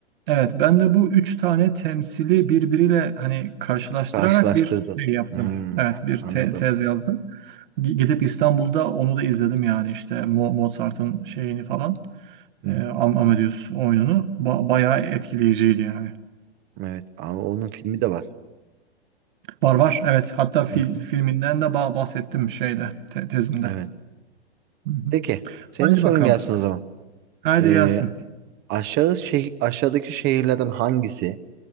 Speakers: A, on the right; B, on the right.
A: evet ben de bu üç tane temsili birbiriyle hani karşılaştırarak
B: Karşılaştırdın.
A: bir şey yaptım.
B: Hmm.
A: Evet bir
B: Anladım.
A: te- tez yazdım. Gi- Gidip İstanbul'da onu da izledim yani işte Mo- Mozart'ın şeyini falan.
B: Hı
A: E,
B: hı.
A: Am- Amadeus oyununu. Ba- bayağı etkileyiciydi yani.
B: Evet ama onun filmi de var.
A: Var var evet hatta fil,
B: Hı hı.
A: filminden de ba- bahsettim şeyde te- tezimde.
B: Evet.
A: Hı hı.
B: Peki senin
A: Haydi
B: sorun
A: bakalım.
B: gelsin o zaman.
A: Haydi
B: Ee,
A: gelsin.
B: aşağı şeh- aşağıdaki şehirlerden hangisi